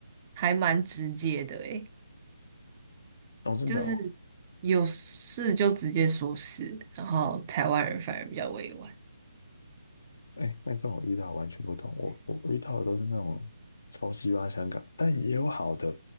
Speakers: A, on the right; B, on the left.
A: 还蛮直接的，诶，
B: 哦真的哦，
A: 就是有事就直接说事，然后台湾人反而比较委婉。
B: 哎，那跟我遇到完全不同，我我遇到的都是那种超级巴香港，但也有好的，